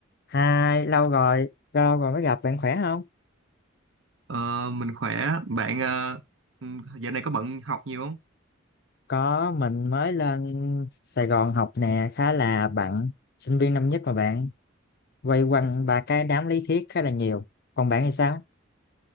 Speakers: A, on the left; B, on the right.
A: Hai, lâu rồi, lâu rồi mới gặp, bạn khỏe không?
B: Ờ, mình khỏe bạn ờ, ừ, dạo này có bận học nhiều không?
A: Có mình mới lên Sài Gòn học nè, khá là bận, sinh viên năm nhất mà bạn, quay quanh ba cái đám lý thuyết khá là nhiều. Còn bạn thì sao?